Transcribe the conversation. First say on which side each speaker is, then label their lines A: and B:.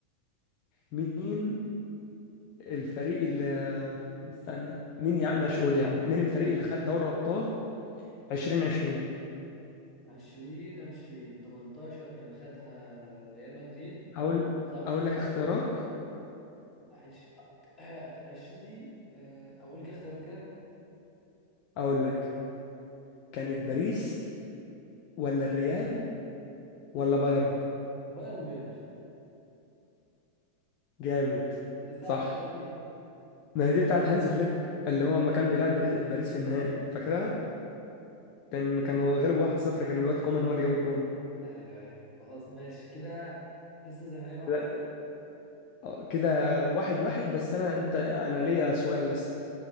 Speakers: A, on the left (about 40°); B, on the left (about 20°).
A: مين الفريق اللي استنى مين يا عم ماشي قول يا عم مين الفريق اللي خد دوري أبطال 2020
B: 20 20 18 كان خدها ريال مدريد
A: هقول أقول
B: و19
A: أقول لك اختيارات
B: ليفربول عش... <clears throat> 20 دي آه، اقول كده اختيارات كده
A: أقول لك كانت باريس ولا الريال ولا بايرن
B: بايرن ميونخ
A: جامد
B: دي ساعة
A: صح
B: الثمانية
A: ما هي دي بتاعت هانز فليك اللي هو لما كان بيلعب باريس باريس في النهائي فاكرها
B: اه
A: كان كانوا غلبوا 1-0 كان الواد كومان هو اللي جاب الجون
B: ايوه ايوه خلاص ماشي كده لسه زي ما هي 1-0
A: كده آه، كده واحد واحد بس انا انت انا ليا سؤال لسه